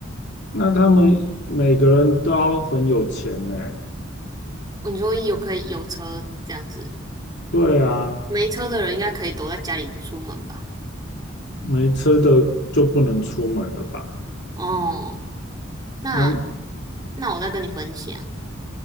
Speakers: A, on the left (about 60°); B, on the right (about 20°).
A: 那他们每个人都要很有钱呢。
B: 我你说有可以有车这样子。
A: 对啊，
B: 没车的人应该可以躲在家里不出门吧？
A: 没车的就不能出门了吧？
B: 哦，那
A: 那
B: 那我再跟你分享。